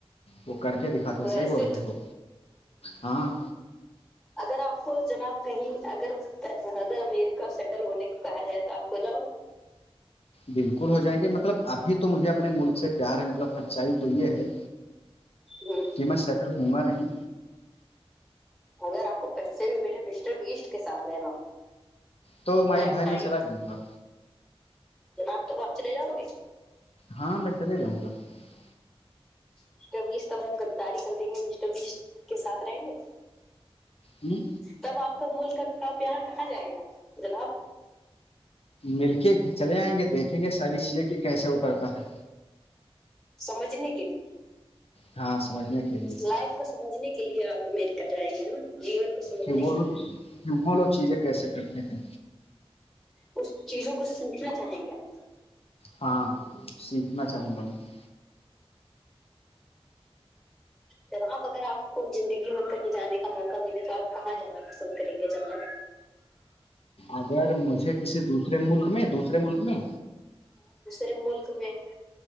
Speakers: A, on the left; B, in the centre.
A: وہ کر کے دکھاتے
B: وہ
A: ہیں صحیح
B: ایسے
A: بول رہے
B: لوگ
A: وہ
B: ہیں
A: ہاں
B: اگر آپ کو جناب کہیں اگر اگر امیریکہ سیٹل ہونے کو کہا جائے تو آپ ہو جاؤ گے
A: بالکل ہو جائیں گے مطلب ابھی تو مجھے اپنے ملک سے پیار ہے مطلب سچائی تو یہ ہے
B: ہوں
A: کہ میں سیٹل ہوں گا نہیں
B: اگر آپ کو پیسے بھی پلے مسٹر وسٹ کے ساتھ رہنا
A: تو مائی
B: لائف
A: بھائی
B: ٹائم
A: میں چلا جؤ گا
B: جناب تو بپ چلے جاؤ گے
A: ہاں ل چلے جاؤں گا <unintelligible>
B: مسٹر بیس تب گداری کر دیں گے مسٹر بیس کے ساتھ رہیں گے
A: ہ
B: تب آپ کا ملک کا <unintelligible> کا پیار کہا جائے گا جناب
A: مل کے <inaudible> پھر چلے آئیں گے دیکھیں گے ساری چیزیں کی کیسے وہ کرتا ہے
B: سمجھنے کے لی
A: ہاں سمجھنے کے لیے
B: لائف کو سمجھنے کے لیے آپ امیریکہ <inaudible> جائیں گے نا جیون کو سمجھنے
A: کہ وہ
B: کے
A: لوگ وہ لوگ چیزیں کیسے کرتے ہیں
B: اس چیزوں کو پوچھنا چاہیں گے آپ
A: ہاں سیکھنا چاہوں گا میں <inaudible>
B: جناب اگر آپ کو زندگی میں کہیں جانے کا موقع ملے تو آپ کہاں جانا پسند کریں گے جنگل
A: اگر مجھے کسی دوسرے ملک میں دوسرے ملک میں
B: ے ملک میں